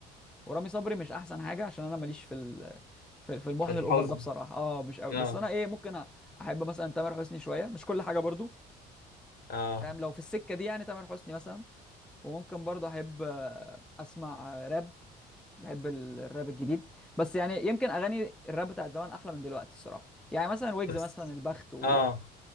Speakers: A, in the centre; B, on the left (about 50°).
A: ورامي صبري مش احسن حاجه عشان انا ماليش في ال... في في المحن
B: في الحزن
A: الاوفر ده بصراحه اه مش قوي
B: اه
A: بس انا ايه ممكن أ- احب مثلا تامر حسني شويه مش كل حاجه برضو
B: اه
A: فاهم لو في السكه دي يعني تامر حسني مثلا وممكن برضو احب آه، اسمع آه، راب بحب ال- الراب الجديد بس يعني يمكن اغاني الراب بتاعت زمان احلى من دلوقتي الصراحه يعني مثلا ويجز
B: بس
A: مثلا البخت و...
B: اه